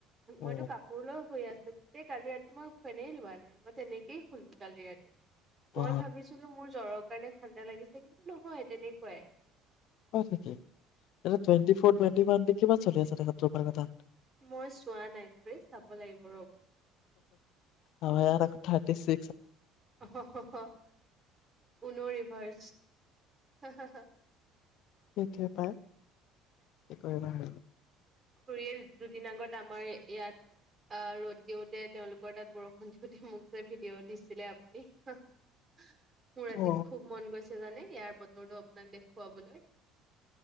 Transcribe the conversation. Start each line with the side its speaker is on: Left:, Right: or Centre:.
Right: মইতো
Left: অ
Right: কাপোৰ লৈও শুই আছো গোটেই কালি ৰাতি মই ফেনেই লোৱা নাই মই তেনেকেই শুলো কালি ৰাতি
Left: বা
Right: মই ভাবিছিলো মোৰ জ্বৰক কাৰণে ঠাণ্ডা লাগিছে কি নহয় তেনেকুৱাই
Left: এতিয়া টুৱেন্টি ফৰ টুৱেন্টি দি কিমান চলি আছে <unintelligible>
Right: মই চোৱা নাই ঘৰি চাব লাগিব ৰ'ব
Left: অয়াৰ কথা হাতিছে
Right: অ হ হ হ ঊন ৰিভাৰ্চ হ হ হা
Left: সেইটোৱে পাই
Right: তাকে
Left: কি কৰিবা আৰু
Right: খৰিয়েল দুদিন আগত আমাৰ ইয়াত অহ ৰ'দ দিওঁতে তেওঁলোকৰ তাত বৰষুণ দিওঁতে মোক যে ভিডিঅ' দিছিলে আপুনি মোৰ আজিত
Left: অ
Right: খুব মন গৈছে জানে ইয়াৰ বতৰটো আপোনাক দেখুৱাবলৈ